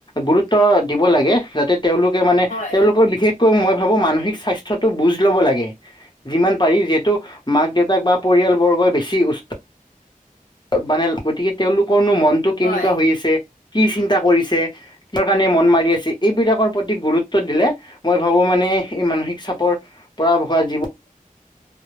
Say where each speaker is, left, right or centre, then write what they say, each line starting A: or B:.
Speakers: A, on the left; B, on the left.
A: গুৰুত্ব দিব লাগে যাতে তেওঁলোকে মানে
B: হয়
A: তেওঁলোকৰ বিশেষ কৈ মই ভাবো মানসিক স্বাস্থ্য টো বুজ ল'ব লাগে, যিমান পাৰি যিহেতু মাক দেউতাক বা পৰিয়ালবৰ্গই বেছি উচ্চ মানে গতিকে তেওঁলোকৰনো মন টো কেনেকুৱা
B: হয়
A: হৈ আছে, কি চিন্তা কৰিছে। কিহৰ কাৰণে মন মাৰি আছে এইবিলাকৰ প্ৰতি গুৰুত্ব দিলে। মই ভাবো মানে এই মানসিক চাপৰ পৰা হোৱা যিবো
B: <inaudible>